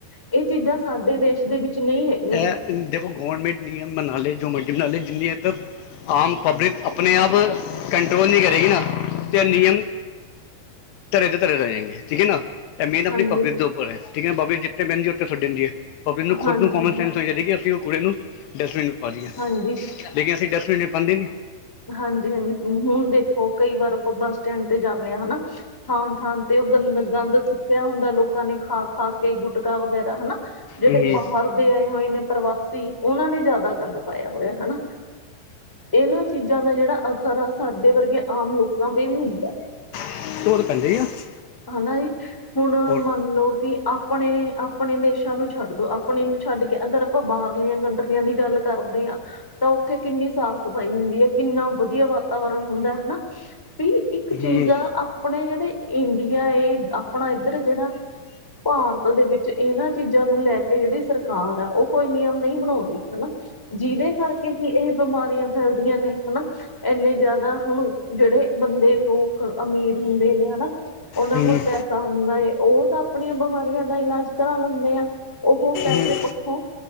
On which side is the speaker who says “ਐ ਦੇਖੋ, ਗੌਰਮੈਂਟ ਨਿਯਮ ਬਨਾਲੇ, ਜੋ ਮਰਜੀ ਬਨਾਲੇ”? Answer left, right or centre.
Left